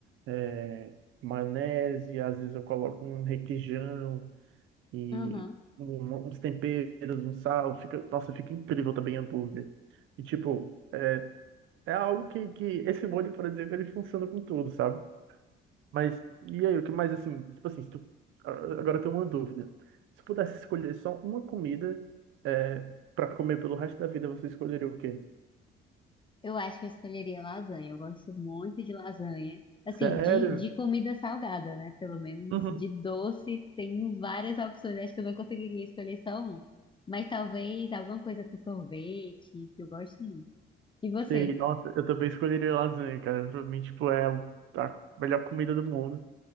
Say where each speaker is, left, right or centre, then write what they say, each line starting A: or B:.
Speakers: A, on the right; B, on the left.
A: é, maionese, às vezes eu coloco um requeijão. E
B: Aham.
A: um- uns temperos, um sal, fica, nossa, fica incrível também hambúrguer. E tipo, é algo que, que esse molho, por exemplo, ele funciona com tudo, sabe? Mas, e aí, o que mais assim, tipo assim, se tu, agora eu tenho uma dúvida. Se pudesse escolher só uma comida é, para comer pelo resto da vida, você escolheria o quê?
B: Eu acho que eu escolheria lasanha. Eu gosto muito de lasanha. Assim,
A: Sério?
B: de, de comida salgada, né? Pelo menos
A: Uhum.
B: de doce, tem várias opções. Acho que eu não conseguiria escolher só uma. Mas talvez alguma coisa com sorvete, que eu gosto muito. E você?
A: Sei, nossa, eu também escolheria lasanha, cara. Pra mim, tipo, é a melhor comida do mundo.